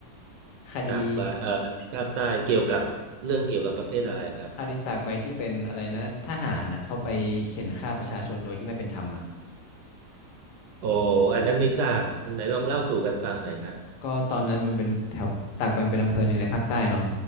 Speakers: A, on the left (about 80°); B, on the right (about 75°).
A: คดี
B: จากบาเอ่อที่ภาคใต้เกี่ยวกับเรื่องเกี่ยวกับประเภทอะไรครับ
A: คดีตากใบที่เป็นอะไรนะทหารอ่ะเขาไปเข่นฆ่าประชาชนโดยที่ไม่เป็นธรรมอ่ะ
B: โอ้อันนั้นไม่ทราบไหนลองเล่าสู่กันฟังหน่อยครับ
A: ก็ตอนนั้นมันเป็นแถวตากใบมันเป็นอำเภอหนึ่งในภาคใต้เนาะ